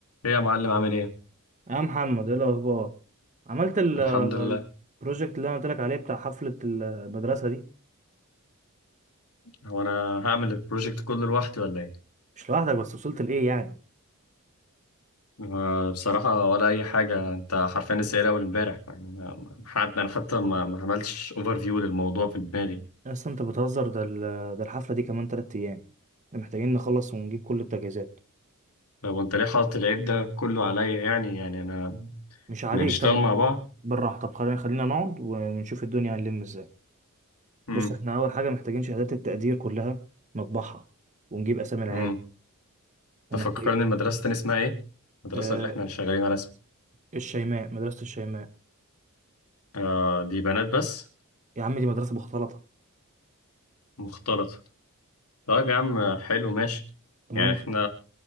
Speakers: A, on the left; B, on the right.
A: ايه يا معلم عامل ايه؟
B: يا محمد ايه الاخبار عملت ال-
A: الحمد لله
B: البروجكت اللي انا قلت لك عليه بتاع حفله المدرسه دي
A: هو انا هعمل البروجكت كله لوحدي ولا ايه؟
B: مش لوحدك بس وصلت لايه يعني
A: آه، بصراحة ولا أي حاجة أنت حرفيا لسه قايل أول إمبارح يعني أنا حتى أنا حتى ما ما عملتش أوفر فيو للموضوع في دماغي
B: اصلا انت بتهزر ده ال- ده الحفله دي كمان تلات ايام احنا محتاجين نخلص ونجيب كل التجهيزات
A: طب وأنت ليه حاطط العيب ده كله عليا يعني يعني أنا
B: مش عليك
A: ما نشتغل
B: طب
A: مع بعض؟
B: بالراحه طب خلينا خلينا نقعد ونشوف الدنيا هنلم ازاي
A: امم
B: بص احنا اول حاجه محتاجين شهادات التقدير كلها نطبعها ونجيب اسامي العيال
A: امم
B: ومحتاج
A: تفكرني المدرسة تاني اسمها ايه؟ المدرسة
B: آه،
A: اللي احنا شغالين على اسمها
B: الشيماء مدرسه الشيماء
A: آه دي بنات بس
B: يا عم دي مدرسه مختلطه
A: مختلطة طيب يا عم حلو ماشي
B: تمام
A: يعني احنا